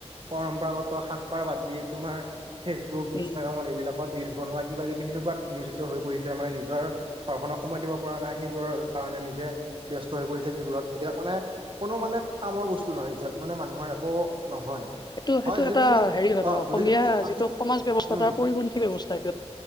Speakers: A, on the right (about 50°); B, on the left (about 40°).
A: পৰম্পৰাগত সাজ পাৰ বাদ দি তোমাৰ ফেচবুক ইনষ্টাগ্ৰামৰ
B: উম
A: এইবিলাকত ৰিলচ বনোৱা কিবা কিবি সেনেকুৱাত নিয়োজিত হৈ পৰিছে মানে নিজৰ ঘৰখনৰ সময় দিব পৰা নাই সেইবোৰৰ কাৰণে নিজে ব্যস্ত হৈ পৰিছে সেইবোৰত সেইবিলাক মানে কোনো মানে কামৰ বস্তু নহয় সেইযাত মানে মানুহৰ একো নহয়
B: এইটো সেইটো
A: হয় যদি
B: এটা
A: তুমি
B: হেৰি হয় ধৰ
A: অ
B: অসমীয়া
A: যদি তুমি
B: যিটো
A: আশীটো
B: সমাজ ব্যৱস্থা
A: উম
B: তাৰ পৰিপন্থী ব্যৱস্থা এইটো এটা